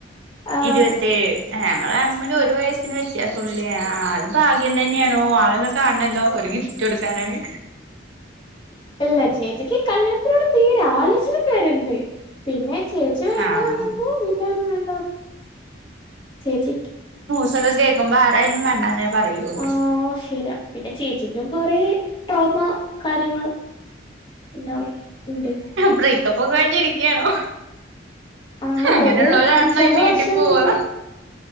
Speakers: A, on the left (about 25°); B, on the right (about 75°).
A: ആഹ്
B: ഇരുപതേഴ് ഞങ്ങള് തമ്മില് ഒരു വയസിന് വെത്യാസം ഒള്ളു അത് ഭാഗ്യം തന്നെയാണ് ഓ ആളോന്ന് കാണണല്ലോന്ന് ഒരു ഗി ഫ്റ്റ് കൊടുക്കാനാണ്.
A: ഇല്ല ചേച്ചിക്ക് കല്യാണത്തിനോട് തീരെ <unintelligible> പിന്നെ ചേച്ചി വേണ്ടാ
B: ആഹ്
A: പറയുമ്പോ വീട്ടാരും വേണ്ടാന്ന് പറയും ചേച്ചിക്ക്
B: ഇതൊക്കെ കേക്കുമ്പോ ആരായാലും വേണ്ടാന്നേ പറയുള്ളൂ
A: ആ ശരിയാ പിന്നെ ചേച്ചിക്കും കൊറെ ട്രോമ കാര്യങ്ങൾ ഉണ്ടാവും ഉണ്ട്
B: ബ്രേക്കപ്പൊക്കെ കഴിഞ്ഞിരിക്കയാണോ?
A: ആ
B: അങ്ങനെയുള്ളവരാണല്ലോ
A: ഒരു അഞ്ചാറ്
B: ഈ നീട്ടി
A: വർഷം
B: പോവാ.
A: മുന്നേ